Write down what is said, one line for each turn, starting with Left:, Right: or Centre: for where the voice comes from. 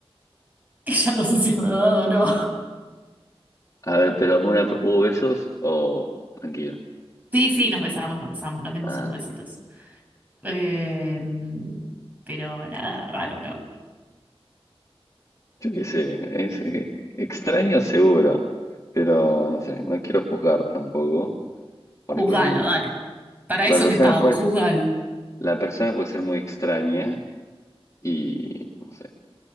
Right: <laughs> que ya no sé si es verdad o no.
Left: A ver, pero una, ¿hubo besos o tranquilo?
Right: Sí, sí, nos besamos, nos besamos, nos dimos
Left: Ah,
Right: unos besitos. Eh, pero nada, raro, ¿no?
Left: yo qué sé, es eh, extraño seguro, pero no sé, no quiero juzgar tampoco, porque
Right: Juzgalo,
Left: el-
Right: dale. Para
Left: la
Right: eso
Left: persona
Right: te pago,
Left: puede,
Right: juzgalo.
Left: la persona puede ser muy extraña y no sé.